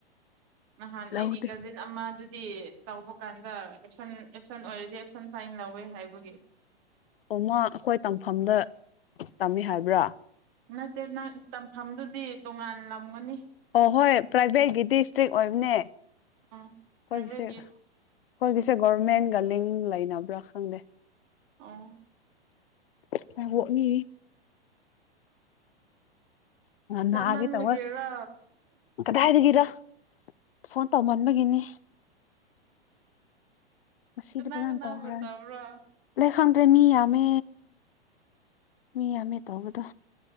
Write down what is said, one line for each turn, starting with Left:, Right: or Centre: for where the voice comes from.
Right: ꯅꯍꯥꯟ
Left: ꯂꯧꯗꯦ
Right: ꯑꯩꯒꯤ ꯀꯖꯤꯟ ꯑꯃ ꯇꯤ ꯇꯧꯕ ꯀꯥꯟꯗ ꯑꯦꯞꯁꯟ ꯑꯦꯞꯁꯟ ꯑꯣꯏꯔꯗꯤ ꯑꯦꯞꯁꯟ ꯐꯥꯏꯟ ꯂꯧꯋꯦ ꯍꯥꯏꯕꯒꯤ
Left: ꯑꯣꯃ ꯑꯩꯈꯣꯏ ꯇꯝꯐꯝꯗ ꯇꯝꯃꯤ ꯍꯥꯏꯕ꯭ꯔꯥ
Right: ꯅꯠꯇꯦ ꯅꯪ ꯇꯝꯐꯝꯗꯨꯗꯤ ꯇꯣꯉꯥꯟꯂꯝꯒꯅꯤ
Left: ꯑ ꯍꯣꯏ ꯄ꯭ꯔꯥꯏꯚꯦꯠꯒꯤꯗꯤ ꯏꯁꯇ꯭ꯔꯤꯛ ꯑꯣꯏꯕꯅꯦ
Right: ꯑ ꯄ꯭ꯔꯥꯏꯚꯦꯠꯀꯤ
Left: ꯍꯣꯏ ꯄꯁꯦ ꯍꯣꯏ
Right: ꯎꯝ
Left: ꯄꯁꯦ ꯚꯣꯔꯃꯦꯟ ꯆꯅꯤꯡ ꯂꯩꯅꯕ꯭ꯔꯥ ꯈꯪꯗꯦ
Right: ꯑ
Left: ꯌꯥꯕ ꯃꯤ
Right: ꯆꯃꯟꯕꯒꯦꯔꯣ
Left: ꯅꯥꯒꯦ ꯇꯧꯋꯦ ꯀꯗꯥꯏꯗꯒꯤꯔ ꯐꯣꯟ ꯇꯧꯃꯟꯕꯒꯤꯅꯤ ꯉꯁꯤꯗꯤ
Right: ꯀꯅꯥ
Left: ꯐꯖꯅ
Right: ꯀꯅꯥ
Left: ꯇꯧꯈ꯭ꯔꯅꯤ
Right: ꯇꯥꯕ꯭ꯔꯥ
Left: ꯂꯩ ꯈꯪꯗ꯭ꯔꯦ ꯃꯤꯌꯥꯃꯦ ꯃꯤ ꯌꯥꯝꯃꯤ ꯇꯕꯗ